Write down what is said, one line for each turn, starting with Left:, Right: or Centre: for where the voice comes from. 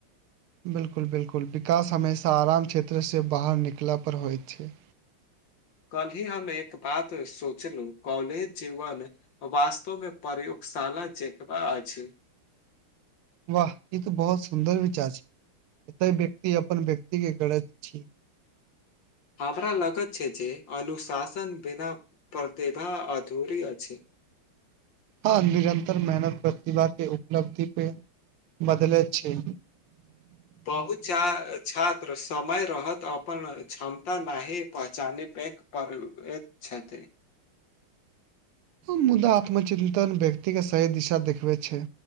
Right: बिलकुल बिलकुल विकास हमेशा आराम क्षेत्र से बाहर निकला पर होइत छै
Left: <inaudible> कल ही हम एक बात सोचलू कॉलेज जीवन वास्तवमे प्रयुक्त साला चेेकबा अछि
Right: वाह ई तो बहुत सुन्दर विचार छै एतय व्यक्ति अपन व्यक्तिके गढ़ैत छी
Left: हमरा लगत छै जे अनुशासन बिना प्रतिभा अधूरी अछि <inaudible>
Right: हँ निरन्तर मेहनत प्रतिभा के उपलब्धि पे बदलैत छै
Left: बहुत चा छात्र समय रहत अपन क्षमता नाहि पहचाने प एक पर्व एक छथि
Right: ओ मुदा आत्मचिन्तन व्यक्तिके सही दिशा देखबैत छै